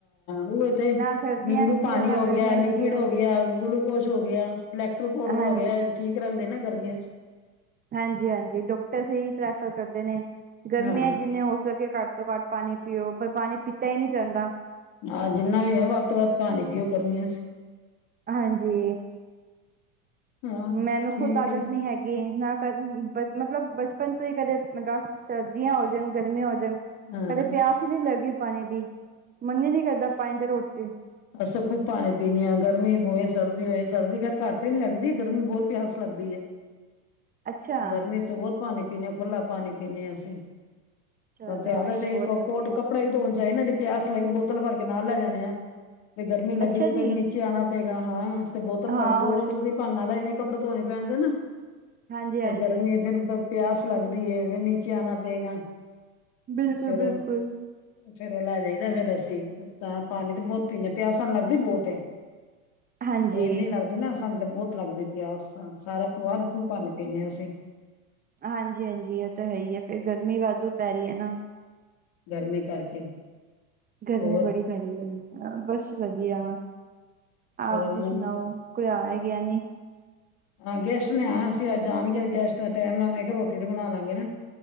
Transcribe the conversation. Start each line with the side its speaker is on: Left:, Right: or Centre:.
Left: ਉਹ ਤੇ
Right: ਨਾ ਸਰਦੀਆਂ
Left: ਨਿੰਬੂ
Right: ਚ
Left: ਪਾਣੀ
Right: ਪੀਓ ਨਾ
Left: ਹੋ
Right: ਗਰਮੀਆਂ
Left: ਗਿਆ। ਲਿਕਵਿਡ
Right: ਚ ਪੀਓ
Left: ਹੋ ਗਿਆ ਗੁਲੂਕੋਜ਼ ਹੋ ਗਿਆ। ਇਲੈਕਟਰ੍ਰੋਪੋਡਰ
Right: ਹਾਂਜੀ
Left: ਹੋ। ਗਿਆ ਠੀਕ ਰਹਿੰਦਾ। ਤੇ ਨਾ ਗਰਮੀਂਆਂ ਚ'।
Right: ਹਾਂਜੀ - ਹਾਂਜੀ। ਡਾਕਟਰ ਹੀ ਪ੍ਰੈਫਰ ਕਰਦੇ ਨੇਂ। ਗਰਮੀਂਆਂ
Left: ਹਾਂ
Right: ਜਿੰਨੇ ਹੋ ਸਕੇ ਘੱਟ ਤੋਂ ਘੱਟ ਪਾਣੀ ਪੀਓ। ਪਰ ਪਾਣੀ ਪੀਤਾ ਹੀ ਨਹੀਂ ਜਾਂਦਾ।
Left: ਹਾਂ ਜਿੰਨਾ ਵੀ ਹੈ। ਵੱਧ ਤੋਂ ਵੱਧ ਪਾਣੀ ਗਰਮੀਂਆਂ ਚ'।
Right: ਹਾਂਜੀ।
Left: ਹਾਂ
Right: ਮੈਨੂੰ
Left: ਠੀਕ
Right: ਖੁੱਦ ਆਦਤ
Left: ਹੈ
Right: ਨੀ ਹੈਗੀ ਨਾ ਮਤਲੱਬ। ਬੱਚਪਨ ਤੋਂ ਹੀ ਕਦੇ ਮਤਲੱਬ ਸਰਦੀਆਂ ਹੋ। ਗਰਮੀਂਆਂ ਹੋ ਜਾਣ
Left: ਹਾਂ
Right: ਕਦੇ ਪਿਆਸ ਨੀ ਲੱਗਗੀ ਪਾਣੀ ਦੀ ਮੰਨੀ ਨੀ ਕਰਦਾ। ਪਾਣੀ ਦੇ ਰੋਟੀ ਤੇ
Left: ਅਸੀਂ ਖੂਬ ਪਾਣੀ ਪੀਣੀ ਆ। ਗਰਮੀਂ ਹੋਏ ਸਰਦੀ ਹੋਏ। ਸਰਦੀ ਖੈਰ ਘੱਟ ਹੀ ਨੀ ਲੱਗਦੀ। ਗਰਮੀਂ ਬਹੁਤ ਪਿਆਸ ਲੱਗਦੀ ਹੈ।
Right: ਅੱਛਾ
Left: ਗਰਮੀਂ ਚੱ ਬਹੁਤ ਪਾਣੀ ਪੀਣੇ ਹਾਂ। ਖੁੱਲਾ ਪਾਣੀ ਪੀਂਦੇ ਹਾਂ ਅਸੀਂ।
Right: ਚਲੋ
Left: ਤੁਹਨੂ ਤੇ ਜਿਆਦਾ
Right: ਇਹ ਤਾਂ ਬਹੁਤ ਵਧੀਆ
Left: ਕੋਟ ਕੱਪੜਾ ਵੀ ਧੋਣ ਜਾਏਨਾਂ। ਪਿਆਸ ਲਗ ਬੋਤਲ ਭਰ ਕੇ ਨਾਲ ਲੈ ਜਾਣੇ ਆ। ਫਿਰ ਗਰਮੀ ਲੱਗੀ
Right: ਅੱਛਾ
Left: ਫਿਰ
Right: ਜੀ
Left: ਨੀਚੇ ਆਉਣਾ ਪਏਗਾ ਹਾਂ। ਤੇ ਬੋਤਲ
Right: ਹਾਂ
Left: ਭਰ ਕੇ। ਦੋ
Right: ਉਹ
Left: ਲੀਟਰ
Right: ਤੇ
Left: ਦੀ ਭਰਨ ਲਾਣੇ ਕੱਪੜੇ ਧੋਣੇ ਪੈਣਦੇ ਨੇ।
Right: ਹਾਂਜੀ-ਹਾਂਜੀ
Left: ਫਿਰ ਗਰਮੀ ਫਿਰ ਪਿਆਸ ਲੱਗਦੀ। ਫਿਰ ਨੀਚੇ ਆਉਣਾ ਪਏਗਾ
Right: ਬਿਲਕੁਲ-ਬਿਲਕੁਲ
Left: ਫੇਰ। ਫੇਰ ਉਹ ਲੈ ਜਾਈਦਾ। ਫੇਰ ਅਸੀਂ ਤਾਂ ਪਾਣੀ ਤੇ ਬਹੁਤ ਪੀਦੇ ਹੈ। ਪਿਆਸ ਸਾਨੂੰ ਲੱਗਦੀ ਬਹੁਤ ਅੇ।
Right: ਹਾਂਜੀ
Left: ਇੰਨੂ ਲੱਗਦੀ ਨਾਂ ਸਾਨੂੰ ਤਾਂ ਬਹੁਤ ਲੱਗਦੀ। ਪਿਆਸ, ਸਾਰਾ ਪਰਿਵਾਰ ਖੂਬ ਪਾਣੀ। ਪੀਨ ਹਾਂ ਅਸੀਂ।
Right: ਹਾਂਜੀ - ਹਾਂਜੀ। ਉਹ ਤਾਂ ਹੈ ਹੀ ਹੈ ਫੇਰ ਗਰਮੀ ਵਾਧੂ ਪੈ ਰਹੀ ਹੈ ਨਾ।
Left: ਗਰਮੀਂ ਕਰਕੇ।
Right: ਗਰਮੀਂ
Left: ਹੋਰ
Right: ਬੜੀ ਪੈ ਰਹੀ ਹੈ। ਬੱਸ ਵਧੀਆ ਆਪ
Left: ਹੋਰ
Right: ਜੀ
Left: ਮੰਮ
Right: ਸੁਣਾਓ। ਕੋਈ ਆਇਆ ਗਿਆ ਨਹੀਂ।
Left: ਹਾਂ ਗੈਸਟ ਨੇ ਆ। ਅਸੀਂ ਅੱਜ ਜਾਣਗੇ ਗੈਸਟ ਦਾ ਟਾਈਮ ਨਾਲ ਮੈਂ ਕਿਹਾ ਰੋਟੀ ਰੋਟੀ ਬਣਾ ਲਾਂਗੇ ਨਾਂ।